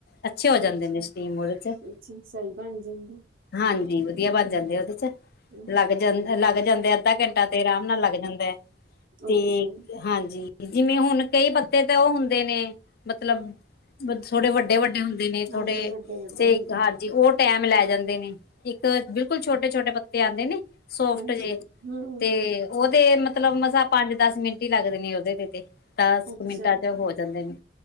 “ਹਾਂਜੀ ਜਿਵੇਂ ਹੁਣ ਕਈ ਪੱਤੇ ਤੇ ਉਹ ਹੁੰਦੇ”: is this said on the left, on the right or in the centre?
Left